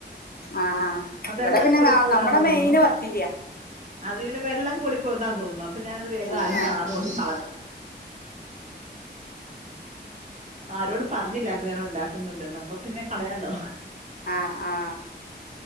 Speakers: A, on the left; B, on the right.
A: ആഹ്
B: ആ,
A: ഇവിടെ
B: വെള്ളം
A: പിന്നെ
B: കൂടിപ്പോയതാന്ന്
A: നാം നമ്മടെ
B: തോന്നുണു
A: മെയിന് പത്തിരിയ
B: അതിങ്ങനെ വെള്ളം കൂടി പോയതാന്ന് തോന്നുന്നു അപ്പ ഞാനത് വേഗം
A: ആഹ്
B: ആരും കാണ കൊണ്ട് കളഞ്ഞ് ആരോടും പറഞ്ഞില്ലായിരുന്നു ഞാൻ ഒണ്ടാക്കുന്നുണ്ട്ന്ന് അപ്പപിന്നെ കളയാലോ
A: ആഹ് ആഹ്